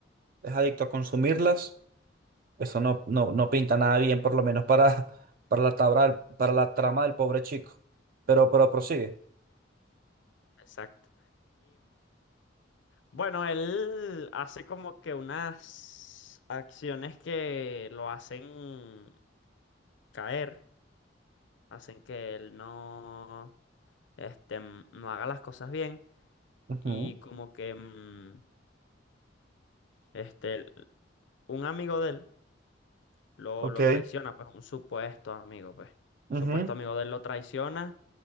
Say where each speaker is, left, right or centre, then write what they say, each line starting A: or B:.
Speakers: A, on the right; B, on the left.
A: es adicto a consumirlas, eso no, no, no pinta nada bien, por lo menos para, <laughs> para la tabra- para la trama del pobre chico. Pero, pero prosigue.
B: exacto. Bueno, él hace como que unas acciones que lo hacen caer, hacen que él no, este, mm, no haga las cosas bien
A: Ujú,
B: y como que mm, este, el- un amigo de él lo,
A: Ok.
B: lo traiciona, pues un supuesto amigo, pues,
A: ujú.
B: supuesto amigo de él lo traiciona